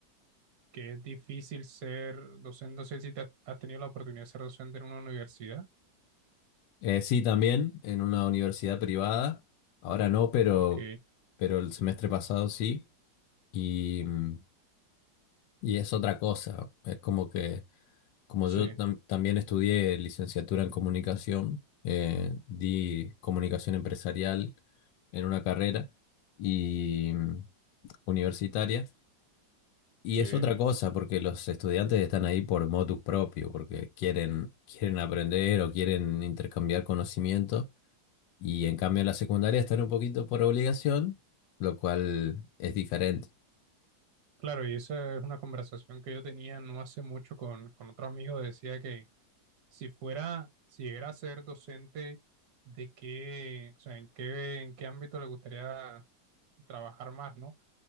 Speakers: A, on the right (about 65°); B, on the left (about 75°).
A: que es difícil ser docente? No sé si te has, has tenido la oportunidad de ser docente en una universidad.
B: Eh, sí, también en una universidad privada, ahora no, pero,
A: Ok,
B: pero el semestre pasado sí, y, mm, y es otra cosa, es como que, como
A: sí,
B: yo tam- también estudié licenciatura en comunicación, eh, di comunicación empresarial en una carrera. Y, mm, universitaria. Y
A: sí.
B: es otra cosa, porque los estudiantes están ahí por motus propio, porque quieren, quieren aprender o quieren intercambiar conocimiento. Y en cambio en la secundaria están un poquito por obligación, lo cual es diferente.
A: Claro, y esa es una conversación que yo tenía no hace mucho con, con otro amigo. Decía que Si fuera, si llegara a ser docente, ¿de qué, o sea, en qué, en qué ámbito le gustaría trabajar más, ¿no?